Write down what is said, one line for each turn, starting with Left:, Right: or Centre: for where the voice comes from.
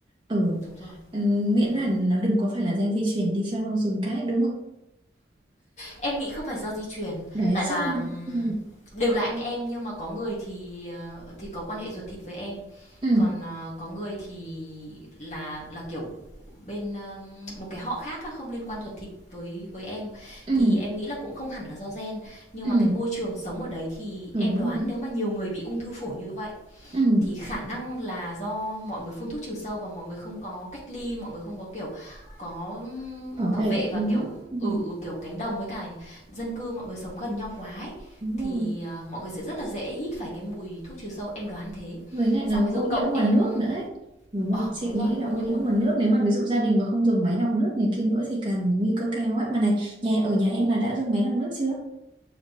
Right: ừ
Left: Đúng rồi,
Right: Ừ, miễn
Left: đúng
Right: là
Left: rồi.
Right: nó đừng có phải là gen di truyền đi cho dùn cái đúng không
Left: Em nghĩ không phải do di truyền,
Right: đấy
Left: tại
Right: chắc
Left: là
Right: là ừ
Left: đều là anh em nhưng mà có người thì ờ, thì có quan hệ ruột thịt với em,
Right: ừ
Left: còn ờ, có người thì là là kiểu bên ờ, một cái họ khác á, không liên quan ruột thịt với với em
Right: ừ
Left: thì em nghĩ là cũng không hẳn là do gen, nhưng
Right: ừ
Left: mà cái môi trường sống ở đấy thì
Right: đúng
Left: em đoán
Right: rồi
Left: nếu mà nhiều người bị ung thư phổi như vậy
Right: ừ
Left: thì khả năng là do mọi người phun thuốc trừ sâu và mọi người không có cách ly, mọi người không có kiểu có
Right: bảo
Left: bảo
Right: vệ
Left: vệ và
Right: đúng
Left: kiểu
Right: không ừ
Left: ừ ừ kiểu cánh đồng với cả dân cư mọi người sống gần nhau quá ấy
Right: đúng
Left: thì
Right: rồi
Left: à, mọi người sẽ rất là dễ hít phải cái mùi thuốc trừ sâu em đoán thế.
Right: với lại nó
Left: Xong ví dụ
Right: ô
Left: cậu
Right: nhiễm nguồn
Left: em
Right: nước nữa ấy đúng
Left: ờ
Right: không chị
Left: đúng
Right: nghĩ
Left: rồi,
Right: là
Left: ô
Right: ô
Left: nhiễm
Right: nhiễm
Left: nguồn
Right: nguồn
Left: nước.
Right: nước nếu mà ví dụ gia đình mà không dùng máy lọc nước này kia nữa thì càng nguy cơ cao ấy mà này nhà ở nhà em là đã dùng máy lọc nước chưa